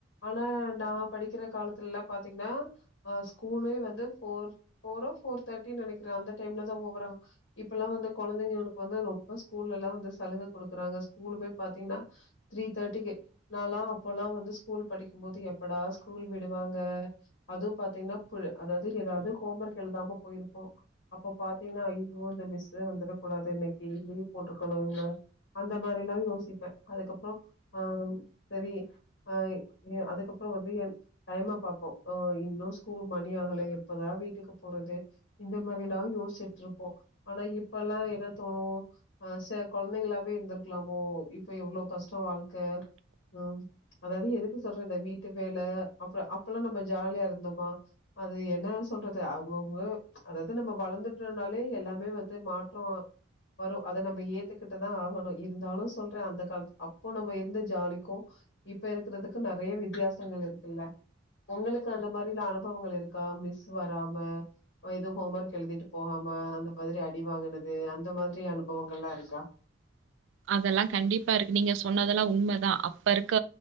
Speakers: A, on the left; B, on the right.
A: ஆனா நான் படிக்கிற காலத்துலலா பாத்தீங்கன்னா ஆ ஸ்கூலே வந்து போர் போரோ போர் தேட்டினு நெனக்கிறே அந்த டைம்ல தான் ஓவர் இப்பல்லாம் வந்து கொழந்தைங்களுக்கு வந்து ரொம்ப ஸ்கூல்ல எல்லாம் வந்து சலுக குடுக்கறாங்க ஸ்கூலுமே பாத்தீங்கன்னா த்ரீ தேட்டிக்கு நாலாம் அப்பல்லாம் வந்து ஸ்கூல் படிக்கமோது எப்படா ஸ்கூல் விடுவாங் க அது பாத்தீங்கனா புழ் அதாவது எதாவது ஹோம் ஒர்க் எழுதாம போயிருப்போம் அப்ப பாத்தீங்னா ஐயோ இந்த மிஸு வந்துடக்கூடாது இன்னைக் கி லீவ் போட்டுருக்கணும் இவுங்க அந்த மாரிலாம் யோசிப்பேன் அதுக்கப்புறம் ஆ செரி ஆ அதுக்கப்புறம் வந்து என் டைம பாப்போம் ஆ இன்னும் ஸ்கூல் மணி ஆகல எப்பதான் வீட்டுக்கு போறது இந்த மாரி எல்லாம் யோசிட்டு இருப்போம் ஆனா இப்பெல்லாம் என்ன தோணும் ஆ ச கொழந்தைங்களாவே இருந்திருக்கலாமோ இப்ப எவ்ளோ கஷ்டம் வாழ்க்க ம் அதாவது எதுக்கு சொல்ற இந்த வீட்டு வேல அப்புறம் அப் இப்பல்லாம் நம்ம ஜாலியா இருந்தோமா அது என்ன சொல்றது அவுங்கவுங்க அதாவது நம்ம வளந்துட்டோம்னாலே எல்லாமே வந்து மாற்றம் வரும் அத நம்ப ஏத்துக்கிட்டுதான் ஆகணும் இருந்தாலும் சொல்றன் அந்த காலத்து அப்போ நம்ப இருந்து ஜாலிக்கும் இப்ப இருக்கிறதுக்கு நறையா வித்தியாசங்கள் இருக்குல்ல உங்களுக்கு அந்த மாரிலாம் அனுபவங்கள் இருக்கா மிஸ் வராம எதும் ஹோம் ஒர்க் எழுதிட்டு போகாம அந்த மாதிரி அடி வாங்கனது அந்த மாதிரி அனுபவங்கள்லா இருக்கா
B: அதெல்லா கண்டிப்பா இருக்கு நீங்க சொன்னதெல்லா உண்மதா அப்ப இருக்க